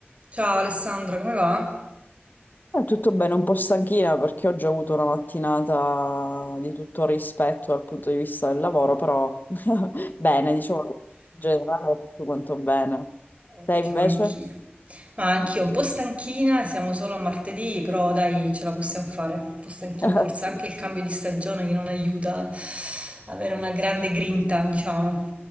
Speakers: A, on the right; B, on the left.
A: Ciao Alessandra, come va?
B: Eh, Tutto bene, un po' stanchina perché oggi ho avuto una mattinata di tutto rispetto dal punto di vista del lavoro, però <laughs> bene, diciamo, in generale tutto quanto bene.
A: Ottimo,
B: Te invece?
A: anch'io. Ma anch'io un po' stanchina, siamo solo a martedì, però dai, ce la possiamo fare. Un po' stanchina,
B: <laughs>
A: forse anche il cambio di stagione che non aiuta a avere una grande grinta, diciamo.